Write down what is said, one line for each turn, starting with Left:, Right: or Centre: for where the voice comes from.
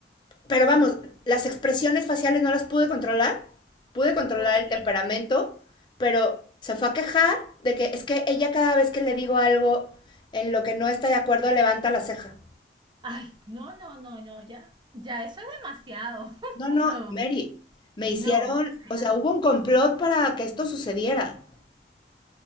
Left: Pero vamos, las expresiones faciales no las pude controlar, pude controlar
Right: Pero es
Left: el
Right: que
Left: temperamento, pero se fue a quejar de que es que ella cada vez que le digo algo en lo que no está de acuerdo levanta la ceja.
Right: Ay, no, no, no, no, ya, ya eso es demasiado.
Left: No,
Right: <laughs>
Left: no,
Right: No,
Left: Mary, me hicieron,
Right: no, o sea,
Left: o sea, hubo un complot para que esto sucediera.